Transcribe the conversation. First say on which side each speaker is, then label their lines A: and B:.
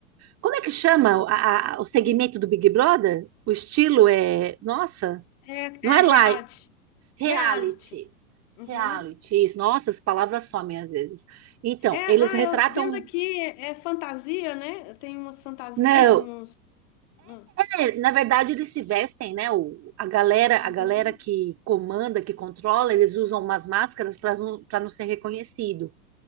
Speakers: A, on the right (about 30°); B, on the left (about 45°).
A: como é que chama a- a- o segmento
B: Uhum.
A: do Big Brother? O estilo é. Nossa,
B: É,
A: não
B: é
A: é live.
B: reality.
A: Reality.
B: Reality. Uhum.
A: Reality. Isso. Nossa, as palavras somem às vezes. Então,
B: É, ah,
A: eles retratam.
B: eu vendo aqui, é fantasia, né? Tem umas fantasias,
A: Não.
B: uns. Uhum.
A: É, na verdade, eles se vestem, né? O, a galera, a
B: Uhum.
A: galera que comanda, que controla, eles usam umas máscaras para não, para não ser reconhecido.